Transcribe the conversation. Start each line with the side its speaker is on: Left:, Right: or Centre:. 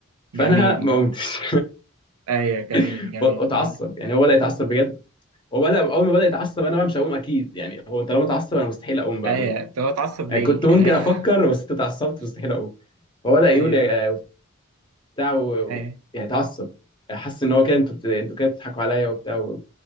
Right: جميل
Left: فانا ما
Right: جميل
Left: قمتش
Right: أيوة جميل
Left: <laughs>
Right: جميل
Left: واتعصب
Right: جميل
Left: يعني هو بدا يتعصب بجد هو بدا اول ما بدا يتعصب انا بقى مش هقوم اكيد يعني هو طالما اتعصب انا مستحيل اقوم بقى
Right: أيوة
Left: بجد
Right: طب هو اتعصب
Left: يعني
Right: ليه؟
Left: كنت ممكن
Right: يعني
Left: افكر بس انت اتعصبت
Right: <laughs>
Left: مستحيل اقوم هو بدا
Right: أيوة
Left: يقول يا- بتاع و-
Right: أيوة
Left: و- يعني اتعصب حس ان هو كده انتوا بت- انتوا كده بتضحكوا عليا وبتاع